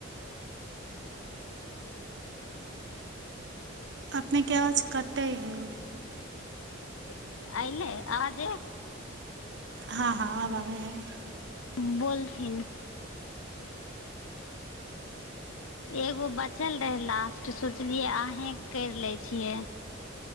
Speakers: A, on the right; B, on the left.
A: अपनेके आवाज कटै हइ
B: <inaudible> आइल आाज
A: हँ हँ आब आबै हइ
B: बोल थिन एगो बात चल रहै लास्ट सोचलियै अहीँ करि लै छियै